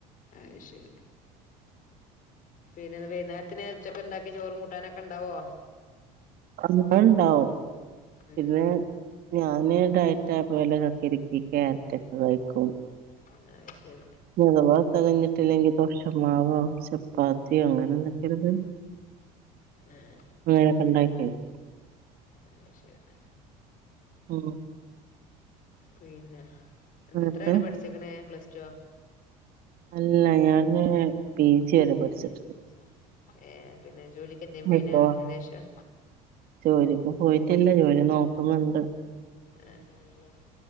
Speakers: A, on the left (about 50°); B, on the right (about 60°).
A: അത് ശരി പിന്നെ വെയ്ന്നേര്ത്തിന് ഉച്ചക്ക്ണ്ടാക്ക്യ ചോറും കൂട്ടാനൊക്കെ ഇണ്ടാവോ
B: <unintelligible> മള് ഇണ്ടാവും പിന്നെ
A: ഉം
B: ഞാന് ഡയറ്റാ അപ്പ വല്ല കക്കരിക്കിം ക്യാരറ്റെക്കെ കഴിക്കും.
A: അഹ് ശരി.
B: ഞ്ഞ് അഥവാ അഹ് തെകഞ്ഞിട്ടില്ലെങ്കി ദോഷമാവോ ചപ്പാത്തിയോ അങ്ങനെ എന്തെകിലും ഇത്‌
A: ആഹ്
B: ഇങ്ങനെക്കെ ഇണ്ടാക്കി വെക്കും
A: അഹ് ശെരി.
B: ഉം.
A: പിന്നെ എന്ത്
B: എന്നിട്ട്
A: എത്ര വരെ പഠിച്ച്ക്ക്ണ് പ്ലസ് റ്റോ
B: അല്ല ഞാന് പി ജി വരെ പഠിച്ചിട്ടുണ്ട്
A: പി ജി വെരെ പഠിച്ച്ക്ക്ണ് ഏഹ് പിന്നെ ജോലിക്ക് എന്തേം പോയിനാ
B: ഇപ്പോ
A: അയ്‌ന്റേഷം.
B: ജോലിക്ക് പോയിട്ടില്ല ജോലി നോക്ക്ണ് ണ്ട്
A: ആഹ് അപ്പങ്ങളോ